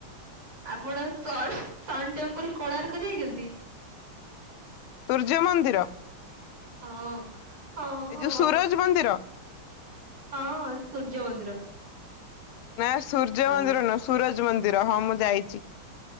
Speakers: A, on the right; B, on the left.
A: ଆପଣ ସନ୍ ସନ୍ ଟେମ୍ପଲ୍ କୋଣାର୍କ ଯାଇଚନ୍ତି?
B: ସୂର୍ଯ୍ୟ ମନ୍ଦିର।
A: ହଁ, ହଁ,
B: ଏଇ
A: ହଁ,
B: ଯୋଉ ସୂରଜ ମନ୍ଦିର
A: ହଁ ସୂର୍ଯ୍ୟ ମନ୍ଦିର।
B: ନାଁ ସୂର୍ଯ୍ୟମନ୍ଦିର
A: ଅ
B: ନୁହଁ ।ସୁରଜ୍ ଜ-ମନ୍ଦିର ହଁ ମୁଁ ଯାଇଚି।